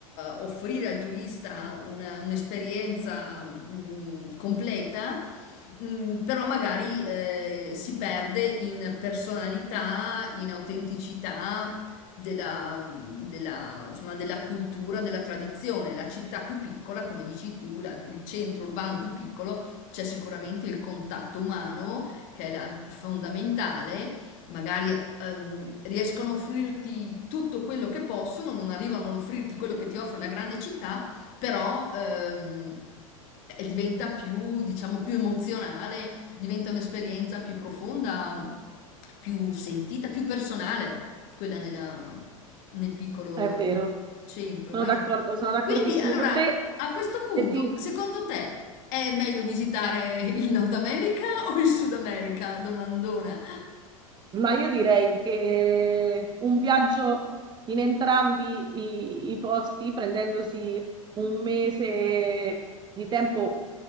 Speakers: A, on the left; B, on the right.
A: offrire al turista una- un'esperienza mh, completa, mh, però magari eh, si perde in personalità, in autenticità della, della, insomma, della cultura, della tradizione. La città più piccola, come dici tu, la- il centro urbano più piccolo c'è sicuramente il contatto umano che è la- fondamentale, magari ehm, riescono a offrirti tutto quello che possono, non arrivano ad offrirti quello che ti offre la grande città, però ehm, eh, diventa più, diciamo, più emozionale, diventa un'esperienza più profonda, più sentita, più personale, quella nella- nel piccolo
B: È vero,
A: centro,
B: sono
A: vero?
B: d'accordo, sono d'accordissimo
A: Quindi, allora,
B: con te.
A: a questo punto,
B: E ti-
A: secondo te è meglio visitare il Nord America o il Sud America? Domandona.
B: ma io direi che un viaggio in entrambi i, i posti, prendendosi un mese di tempo